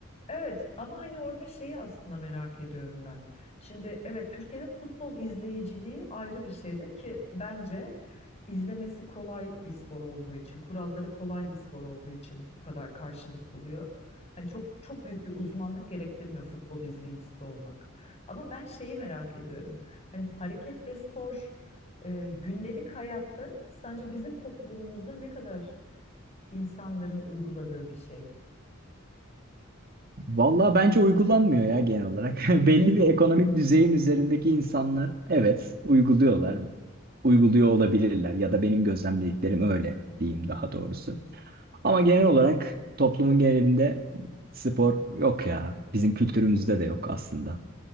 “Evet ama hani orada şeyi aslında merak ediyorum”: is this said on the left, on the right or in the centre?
Left